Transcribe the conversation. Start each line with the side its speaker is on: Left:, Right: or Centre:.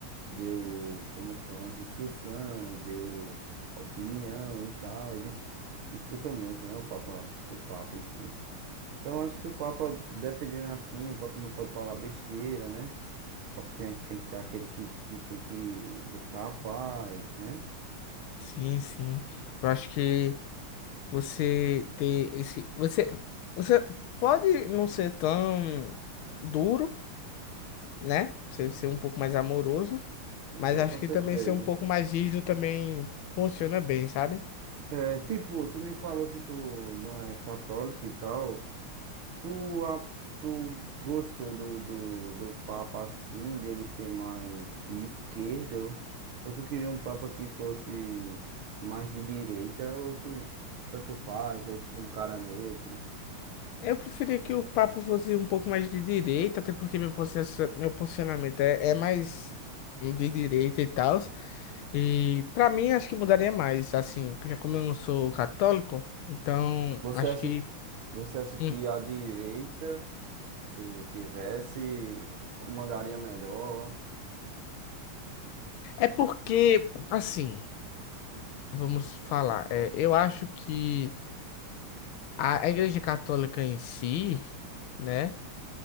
Right: deu, como foi, umas instrução, deu opinião e tal. Eles escutam muito, né, o Papa, o Papa em si. Então, eu acho que o Papa, dependendo assim, o Papa não pode falar besteira, né? O Papa tem, tem que ser aquele que, que tem que buscar a paz, né?
Left: Sim, sim. Eu acho que você ter esse. Você, você pode não ser tão duro, né? Você ser um pouco mais amoroso, mas
Right: É,
Left: acho
Right: com certeza.
Left: que também ser um pouco mais rígido também funciona bem, sabe?
Right: É, tipo, tu me falou que tu não é católico e tal. Tu, a- tu gostou do, do, do Papa assim, dele ser mais de esquerda? Ou, ou tu queria um Papa que fosse mais de direita? Ou tu tanto faz, ou um cara neutro?
Left: Eu preferia que o papo fosse um pouco mais de direita, até porque meu, posiciona- meu posicionamento é, é mais de direita e tal. E pra mim, acho que mudaria mais, assim, já como eu não sou católico, então
Right: Você
Left: acho
Right: acha,
Left: que.
Right: você acha que
Left: hum.
Right: a direita, se tivesse, comandaria melhor?
Left: É porque, assim, vamos falar, é, eu acho que a, a Igreja Católica em si, né,